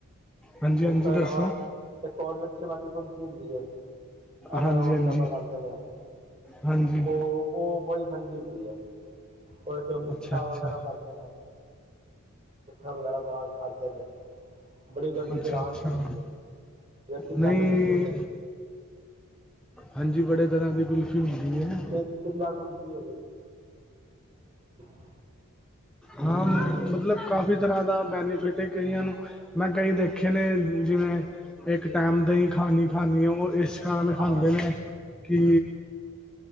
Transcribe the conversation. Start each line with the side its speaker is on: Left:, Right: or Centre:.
Centre: ਹਾਂਜੀ ਹਾਂਜੀ
Right: ਇਸ ਤੋਂ ਇਲਾਵਾ
Centre: ਦੱਸੋ?
Right: ਇੱਕ ਲੱਛੇ ਵਾਲੀ ਘੁੰਲਕ ਹੁੰਦੀ ਹੈ। ਆ
Centre: ਹਾਂਜੀ
Right: ਰੋਡ
Centre: ਹਾਂਜੀ
Right: ਦਾ <unintelligible>
Centre: ਹਾਂਜੀ
Right: ਉਹ ਬੜੀ ਠੰਡੀ ਹੁੰਦੀ ਐ ਉਹਦੇ ਚ ਮਿੱਠਾ
Centre: ਅੱਛਾ ਅੱਛਾ
Right: ਵਗੈਰਾ ਪਾਂਦੇ ਨੇ। ਮਿੱਠਾ ਵਗੈਰਾ ਪਾ ਕੇ ਖਾਦੇ ਨੇ ਬੜੀ ਗਰਮੀ
Centre: ਅੱਛਾ
Right: ਰਾਹਤ
Centre: ਅੱਛਾ
Right: ਮਿਲਦੀ ਐ ਜਿਵੇਂ ਤਿਲਾ
Centre: ਨਹੀਂ
Right: ਕੁੁਲਫੀ ਹੋ ਗਈ।
Centre: ਹਾਂਜੀ ਬੜੇ ਤਰ੍ਹਾਂ ਦੀ ਕੁਲਫੀ ਹੁੰਦੀ ਹੈ।
Right: ਤਿੱਲਾ ਕੁਲਫੀ <unintelligible>
Centre: ਹਾਂ ਮਤਲਬ ਕਾਫੀ ਤਰ੍ਹਾਂ ਦਾ ਬੈਨੀਫਿਟ ਹੈ ਕਈਆਂ ਨੂੰ ਮੈਂ ਕਈ ਦੇਖੇ ਨੇ ਜਿਵੇਂ ਇੱਕ ਟਾਈਮ ਦਹੀ ਖਾਣੀ ਖਾਣੀ ਹੀ ਖਾਣੀ ਉਹ ਇਸ ਕਰਨ ਖਾਂਦੇ
Right: ਹਾਂਜੀ
Centre: ਨੇ। ਕਿ